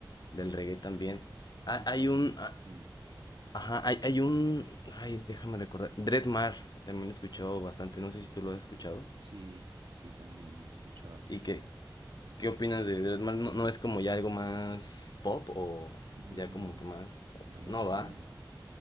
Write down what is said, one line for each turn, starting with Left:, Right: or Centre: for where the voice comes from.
Left: del reggae también. Ah,
Right: y
Left: hay
Right: Palos,
Left: un, ah,
Right: dime.
Left: ajá, hay, hay un, ay, déjame recordar, Dreadmar, también lo he escuchado bastante, no sé si tú lo has escuchado.
Right: Sí, sí, también lo he escuchado.
Left: ¿Y qué, qué opinas de Dreadmar? ¿No, no es como ya algo más pop o
Right: Mm,
Left: ya como que más,
Right: digamos
Left: no
Right: que
Left: va?